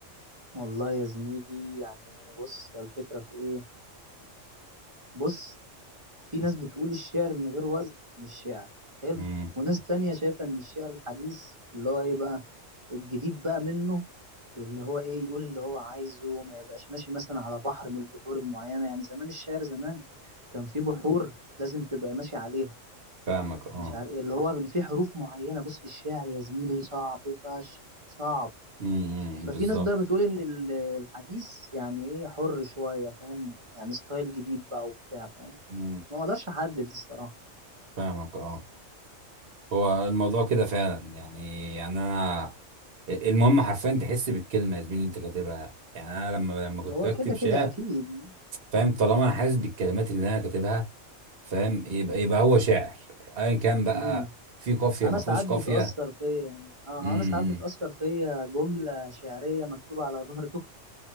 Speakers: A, on the right; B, on the right.
A: والله يا زميلي يعني بص هي الفكرة في ايه بص في ناس بتقول الشعر من غير وزن مش شعر حلو
B: امم
A: وناس تانية شايفة ان الشعر الحديث اللي هو ايه بقى الجديد بقى منه اللي هو ايه يقول اللي هو عايزه ما يبقاش ماشي مثلا على بحر من البحور المعينة يعني زمان الشعر زمان كان في بحور لازم تبقى ماشي عليها
B: فاهمك أه
A: مش عارف ايه اللي هو في حروف معينة بص الشعر يا زميلي صعب فشخ صعب
B: امم
A: ففي
B: بالظبط
A: ناس بقى بتقول ان ال- الحديث يعني ايه حر شوية فاهم يعني ستايل جديد بقى وبتاع فاهم
B: امم
A: ما اقدرش احدد الصراحة
B: فاهمك أه هو الموضوع كده فعلا يعني يعني أنا المهم حرفيا تحس بالكلمة يا زميلي اللي أنت كاتبها يعني أنا لما لما كنت
A: هو
B: بكتب
A: كده
B: شعر
A: كده اكيد
B: فاهم طالما أنا حاسس بالكلمات اللي أنا كاتبها فاهم يبقى يبقى هو شاعر ايا كان بقى
A: امم
B: في قافيه
A: انا
B: ما
A: ساعات
B: فيهوش
A: بتاثر
B: قافيه
A: فيا اه
B: امم
A: انا ساعات
B: امم
A: بتاثر فيا جمله شعريه مكتوبه على ظهر توك توك